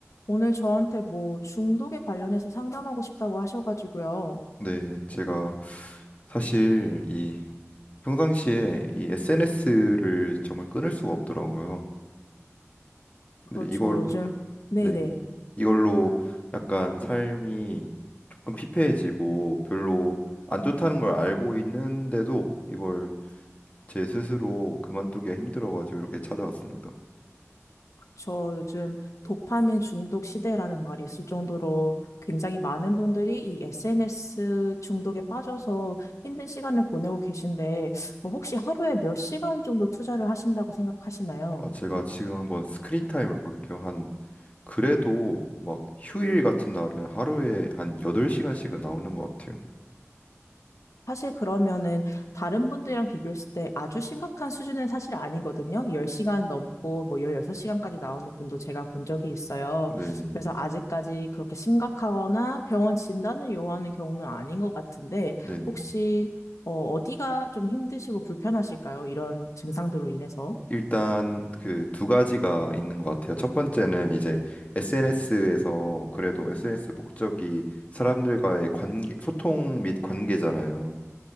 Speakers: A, on the left (about 80°); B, on the left (about 30°).
A: 오늘 저한테 뭐 중독에 관련해서 상담하고 싶다고 하셔가지고요.
B: 네, 제가 사실 이 평상시에 이 SNS를 정말 끊을 수가 없더라고요.
A: 그렇죠.
B: 근데 이걸
A: 요즘, 네네.
B: 네, 이걸로 약간 삶이 조금 피폐해지고 별로 안 좋다는 걸 알고 있는데도 이걸 제 스스로 그만두기가 힘들어가지고 이렇게 찾아왔습니다.
A: 그쵸. 요즘 도파민 중독 시대라는 말이 있을 정도로 굉장히 많은 분들이 이 SNS 중독에 빠져서 힘든 시간을 보내고 계신데, 뭐 혹시 하루에 몇 시간 정도 투자를 하신다고 생각하시나요?
B: 아, 제가 지금 한번 스크린 타임을 볼게요. 한 그래도 막 휴일 같은 날은 하루에 한 8시간씩은 나오는 것 같아요.
A: 사실 그러면은 다른 분들이랑 비교했을 때 아주 심각한 수준은 사실 아니거든요. 10시간 넘고 뭐 16시간까지 나오는 분도 제가 본 적이 있어요.
B: 네네.
A: 그래서 아직까지 그렇게 심각하거나 병원 진단을 요하는 경우는 아닌 것 같은데
B: 네네.
A: 혹시 어, 어디가 좀 힘드시고 불편하실까요? 이런 증상들로 인해서.
B: 일단 그 두 가지가 있는 것 같아요. 첫 번째는 이제 SNS에서 그래도 SNS 목적이 사람들과의 관계, 소통 및 관계잖아요.